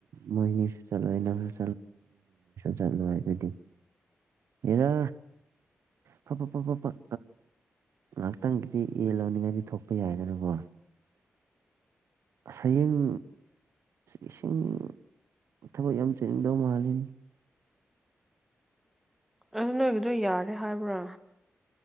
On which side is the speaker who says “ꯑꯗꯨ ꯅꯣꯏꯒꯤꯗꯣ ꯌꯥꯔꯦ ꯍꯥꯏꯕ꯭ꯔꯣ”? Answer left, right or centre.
Centre